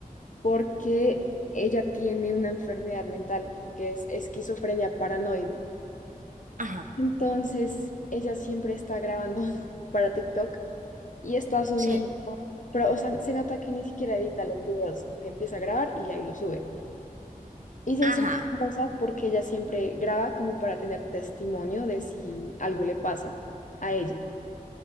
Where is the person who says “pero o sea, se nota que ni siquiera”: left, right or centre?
Left